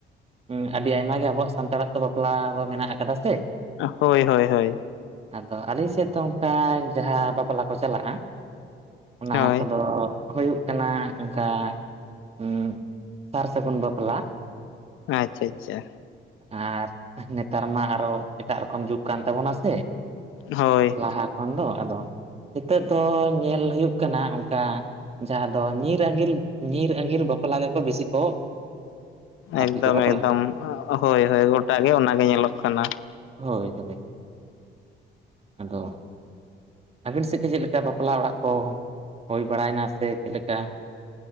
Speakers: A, on the right; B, on the left.
A: ᱦᱮᱸ ᱟᱹᱰᱤ ᱟᱭᱢᱟ ᱜᱮ ᱟᱵᱚᱣᱟᱜ ᱥᱟᱱᱛᱟᱲᱟᱜ ᱛᱚ ᱵᱟᱯᱞᱟ ᱫᱚ ᱢᱮᱱᱟᱜ ᱟᱠᱟᱫᱟ ᱥᱮ᱾
B: ᱦᱳᱭ ᱦᱳᱭ ᱦᱳᱭ
A: ᱟᱫᱚ ᱟᱹᱞᱤᱧ ᱥᱮᱫ ᱫᱚ ᱚᱱᱠᱟ ᱡᱟᱸᱦᱟ ᱵᱟᱯᱞᱟ ᱠᱚ ᱪᱟᱞᱟᱜᱼᱟ ᱚᱱᱟ
B: ᱦᱳᱭ
A: ᱠᱚᱫᱚ᱾ ᱦᱩᱭᱩᱜ ᱠᱟᱱᱟ ᱚᱱᱠᱟ ᱩᱸ ᱥᱟᱨ ᱥᱟᱹᱜᱩᱱ ᱵᱟᱯᱞᱟ᱾
B: ᱟᱪᱪᱷᱟ ᱟᱪᱪᱷᱟ
A: ᱟᱨ ᱱᱮᱛᱟᱨ ᱢᱟ ᱟᱨᱚ ᱮᱴᱟᱜ ᱨᱚᱠᱚᱢ ᱡᱩᱜᱽ ᱠᱟᱱ ᱛᱟᱵᱚᱱᱟ ᱥᱮ᱾
B: ᱦᱳᱭ
A: ᱞᱟᱦᱟ ᱠᱷᱚᱱ ᱫᱚ ᱟᱫᱚ ᱱᱤᱛᱚᱜ ᱫᱚ ᱧᱮᱞ ᱦᱩᱭᱩᱜ ᱠᱟᱱᱟ ᱚᱱᱠᱟ᱾ ᱡᱟᱸᱦᱟ ᱫᱚ ᱧᱤᱨ ᱟᱸᱜᱤᱨ ᱧᱤᱨ ᱟᱜᱤᱨ ᱵᱟᱯᱞᱟ ᱜᱮᱠᱚ ᱵᱤᱥᱤ ᱠᱚ᱾ ᱟᱨᱠᱤ
B: ᱮᱠᱫᱚᱢ
A: ᱠᱚ ᱵᱟᱯᱞᱟᱜ
B: ᱮᱠᱫᱚᱢ
A: ᱠᱟᱱᱟ
B: ᱦᱳᱭ ᱦᱳᱭ ᱜᱚᱴᱟ ᱜᱮ ᱚᱱᱟ ᱜᱮ ᱧᱮᱞᱚᱜ ᱠᱟᱱᱟ᱾
A: ᱦᱳᱭ ᱛᱚᱵᱮ ᱟᱫᱚ ᱟᱹᱵᱤᱱ ᱥᱮᱫ ᱜᱮ ᱪᱮᱫ ᱞᱮᱠᱟ ᱵᱟᱯᱞᱟ ᱚᱲᱟᱜ ᱠᱚ ᱦᱩᱭ ᱵᱟᱲᱟᱭᱱᱟ ᱥᱮ ᱪᱮᱫ ᱞᱮᱠᱟ?